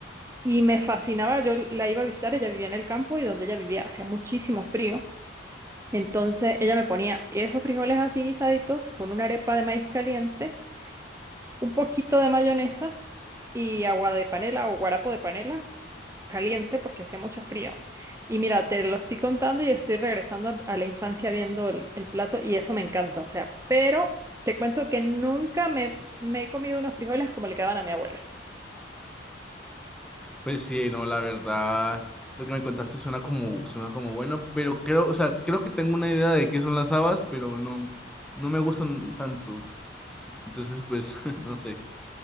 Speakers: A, on the right; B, in the centre.
A: Y me fascinaba, yo la iba a visitar, ella vivía en el campo y donde ella vivía hacía muchísimo frío. Entonces ella me ponía esos frijoles así guisaditos con una arepa de maíz caliente, un poquito de mayonesa y agua de panela o guarapo de panela caliente porque hacía mucho frío. Y mira, te lo estoy contando y estoy regresando a, a la infancia viendo el, el plato y eso me encanta, o sea, pero te cuento que nunca me, me he comido unos frijoles como le quedaban a mi abuela.
B: Pues sí, no, la verdad, lo que me contaste suena como, suena como bueno, pero creo, o sea, creo que tengo una idea de qué son las habas, pero no, no me gustan tanto, entonces, pues, <laughs> no sé.